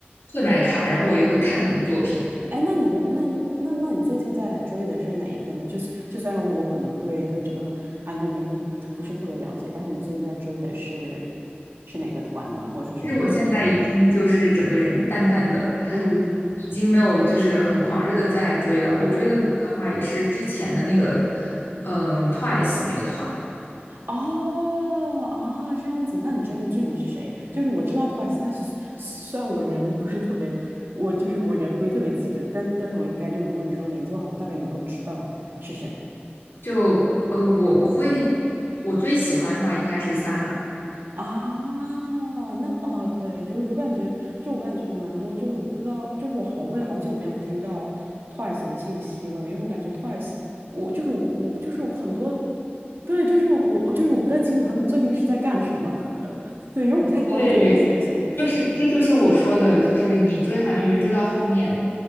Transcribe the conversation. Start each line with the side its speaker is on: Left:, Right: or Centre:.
Left: 会买卡，然后我也会看他们的作品。对，
Right: 哎，那你那那那你最近在追的是哪一个呢？就是就虽然我可能对对整个韩国明星不是特别了解，但是你最近在追的是是哪个团呢？或者说是哪一个人？
Left: 其实我现在已经就是整个人淡淡的，
Right: 嗯
Left: 已经没有就是很狂热的在追了。我追的那个的话，
Right: 嗯。
Left: 也是之前的那个，嗯，Twice 那个团。
Right: 哦啊，这样子，那你追的剧体是谁？就是我知道 Twice，但是虽然我人不是特别，我就是我人不是特别记得，但但是我应该就如果你说名字的话，我大概能够知道是谁
Left: 就呃，我我会我最喜欢的话应该是 Sana。
Right: 啊。那哦，对，就是我感觉，就我感觉蛮多，就是我不知道，就是我好，我也好久没有听到 Twice 的信息了，因为我感觉 Twice，我就是我，我就是很多，对，就是我，我就是我不太清楚他们最近是在干什么，<laughs> 对，因为我不太关注这些，
Left: 对，
Right: 所以。
Left: 就是这就是我说的，就是你追韩娱追到后面，